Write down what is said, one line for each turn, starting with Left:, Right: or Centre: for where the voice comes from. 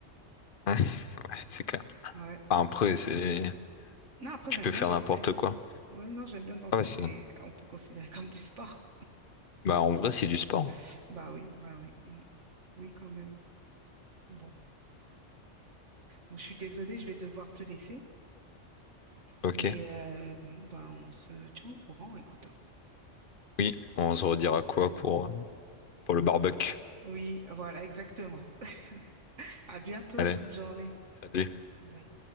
Left: <laughs> Ouais, c'est clair.
Right: Ouais.
Left: Enfin, après, c'est...
Right: Non, après,
Left: Tu
Right: j'aime
Left: peux
Right: bien
Left: faire
Right: danser.
Left: n'importe quoi.
Right: Ouais, non, j'aime bien danser,
Left: Ah ouais, c'est...
Right: c'est, on peut considérer comme du sport.
Left: Bah, en vrai, c'est du sport. hein.
Right: <laughs> Bah oui, bah oui. Mm. Oui, quand même. Bon. Bon, je suis désolée, je vais devoir te laisser.
Left: Ok.
Right: Mais euh, bon, bah on se tient au courant, écoute. hein.
Left: Oui, on se redira quoi pour, euh, pour le barbecue?
Right: Oui, voilà, exactement. <laughs> À bientôt,
Left: Allez,
Right: bonne journée.
Left: salut.
Right: Bye.